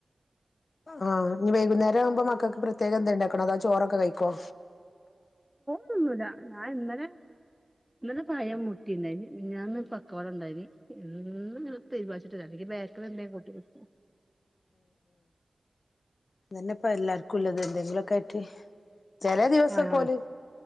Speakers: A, on the left; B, in the centre.
A: ആഹ് ഇഞ്ഞ് വൈകുന്നേരം ആവുമ്പോ മക്കൾക്ക് പ്രത്യേകം എന്തേ ഉണ്ടാക്കണൊ അതാ ചോറൊക്കെ കഴിക്കോ?
B: തിന്നൂല്ല. ഞാൻ ഇന്നലെ ഇന്നലെ പഴം മുട്ടിണ്ടായിനി മിഞ്ഞാന്ന് പക്കവട ഉണ്ടായിനി ഇന്ന് ഇങ്ങനെ തീരുമാനിച്ചിട്ടില്ല അല്ലെങ്കി ബേക്കറി എന്തേ കൂട്ടി കൊട്ക്കും
A: അതന്നെപ്പ എല്ലാർക്കുല്ലത് എന്തെങ്കിലൊ ക്കായ്ട്ടി ചെലെ ദിവസക്കോല്
B: ആഹ്